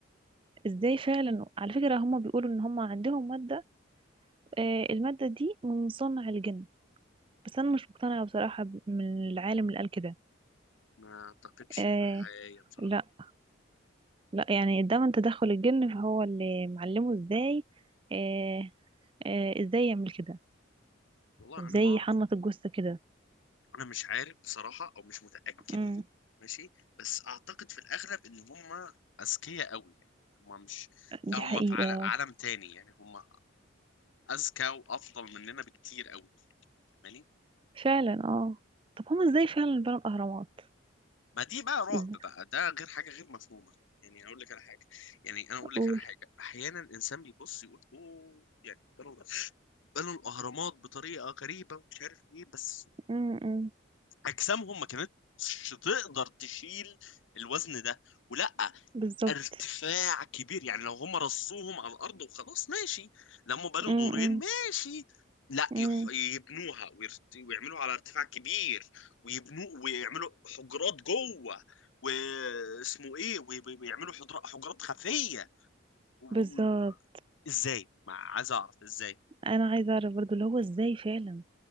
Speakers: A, on the right (about 25°); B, on the left (about 75°).
A: ازاي فعلا على فكرة هما بيقولوا ان هما عندهم مادة آه المادة دي من صنع الجن بس أنا مش مقتنعة بصراحة ب- من العالم اللي قال كده
B: ما اعتقدش
A: آه
B: انها حقيقية بصراحة
A: لا لا يعني ده من تدخل الجن فهو اللي معلمه ازاي آه آه ازاي يعمل كده
B: والله
A: ازاي
B: انا ما اعرف
A: يحنط الجثة كده
B: انا مش عارف بصراحة او مش متأكد
A: امم
B: ماشي بس اعتقد في الاغلب ان هم اذكياء قوي يعني هم مش
A: دي
B: لا هم
A: حقيقة
B: في عل- عالم تاني يعني هم اذكى وافضل مننا بكتير قوي فاهماني
A: فعلا اه طب هم ازاي فعلا بنوا الاهرامات
B: ما دي بقى رعب
A: ازاي
B: بقى ده غير حاجه غير مفهومه يعني اقول لك على حاجه يعني انا اقول
A: اقول
B: لك على حاجه احيانا الانسان بيبص يقول اوه يعني بنوا بنوا الاهرامات بطريقه غريبه ومش عارف ايه بس
A: امم
B: اجسامهم ما كانتش تقدر تشيل الوزن ده ولا
A: بالظبط
B: ارتفاع كبير يعني لو هم رصوهم على الارض وخلاص ماشي لما بنوا
A: امم
B: دورين ماشي لا
A: امم
B: يح- يبنوها ويرت- ويعملوها على ارتفاع كبير ويبنوا ويعملوا حجرات جوه واسمه ايه وي- وي- ويعملوا حجرا- حجرات خفيه و... و-
A: بالظبط
B: ازاي ما عايز اعرف ازاي
A: انا عايزه اعرف برضو اللي هو ازاي فعلا